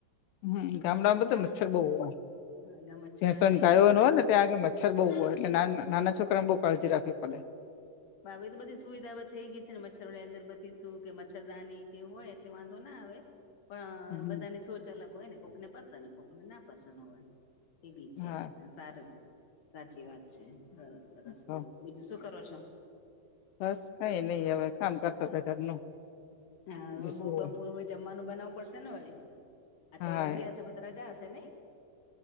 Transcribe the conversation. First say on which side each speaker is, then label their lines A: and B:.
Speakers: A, on the left (about 80°); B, on the left (about 45°).
A: હમ ગામડામાં
B: ગામ
A: તો મચ્છર બઉ હોય
B: હા ગા મચ્છર
A: ભેસો
B: હા
A: ગાયો
B: એ પણ
A: હોય ત્યાં આગે મચ્છર બહુ હોય એટલે નાના છોકરાને બહુ કાળજી રાખવી પડે
B: હા હવે તો બધી સુવિધાઓ થઈ ગઈ છેને મચ્છર ની અગરબત્તી શું કે મચ્રદાની કે હોય એટલે વાંધો ના આવે પણ
A: હમ,
B: બધાની સોચ અલગ હોય ને કોક ને પસંદ હોય કોકને ના પસંદ હોય. એ બી છે
A: હા
B: હ સારું સાચી વાત છે સરસ સરસ
A: હા.
B: બઉ બીજું શું કરો છો
A: બસ કઈ નહી હવે કામ કરતા હતા ઘરનું.
B: હા
A: બીજું
B: બપો
A: શું
B: બપોરે
A: હોય
B: જમવાનું બનાવું પડશે ને વ આ
A: હા
B: તો રવ્યા છે રજા હશે નહી